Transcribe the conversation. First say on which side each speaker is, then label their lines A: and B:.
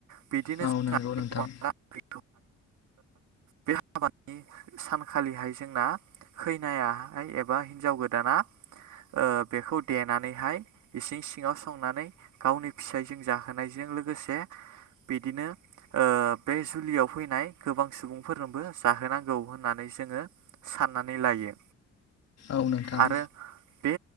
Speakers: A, on the right; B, on the left.
A: बिदिनो
B: औ नंगौ नोंथां
A: <unintelligible> बे हाबानि सानखालिहाय जोंना खैनायाहाय एबा हिनजाव गोदाना ओ बेखौ देनानैहाय इसिं सिङाव संनानै गावनि फिसायजों जाहोनायजों लोगोसे बिदिनो ओ बे जुलियाव फै नाय गोबां सुबुंफोरनोबो जाहोनां गौ होननानै जोङो साननानै लायो
B: औ नोंथां
A: आरो बे